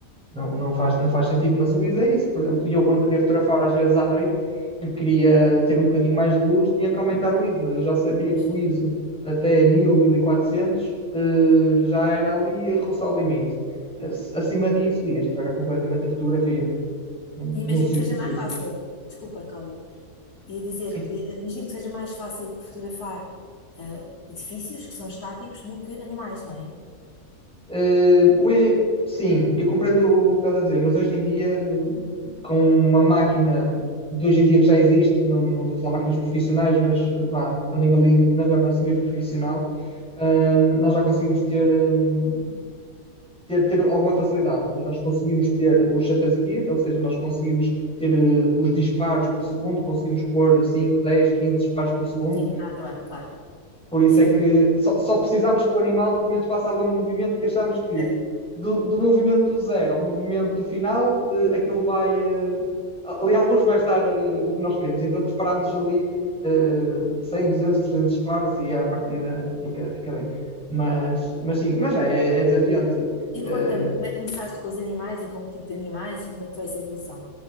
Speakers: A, in the centre; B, on the left.
A: Não, não, faz, não faz sentido, mas o ISO é isso. Por exemplo, eu quando queria fotografar às vezes à noite e queria ter um bocadinho mais de luz, tinha que aumentar o ISO, mas eu já sabia
B: Pois.
A: que o ISO até 1000, 1400 eh, já era ali a roçar o limite. Eh, Acima disso ia estragar completamente a fotografia. Não,
B: E imagino
A: não se
B: que seja
A: não
B: mais
A: se usa.
B: fácil. Desculpa, Cláudia. ia dizer
A: Sim,
B: que imagino que seja mais fácil fotografar ah, edifícios que são estáticos do que animais, não é?
A: Eh, hoje, sim, eu compreendo o que estás a dizer, mas hoje em dia, com uma máquina de hoje em dia que já existe, não, não estou a falar máquinas profissionais, mas eh, vá, quando andem ali na gama semi-profissional, eh, nós já conseguimos ter, eh, ter, ter alguma facilidade, ou seja, nós conseguimos ter o shutter speed, ou seja, nós conseguimos ter eh, os disparos por segundo, conseguimos pôr 5 10 15 disparos por segundo
B: Sim, ah, tá bem, claro.
A: por isso
B: Sim,
A: é que só, só precisamos que o animal, pelo menos, faça ali um movimento que achamos que
B: certo.
A: do, do movimento zero ao movimento final, eh, aquilo vai. eh, ali, alguns vai estar eh, o que nós queremos. Então, disparamos ali eh, 100, 200, 300 disparos e à partida fica, fica bem. Mas, mas sim, mas é, é desafiante.
B: E
A: Eh,
B: conta-me, como é que começaste com os animais e com que tipo de animais e como é que foi essa evolução?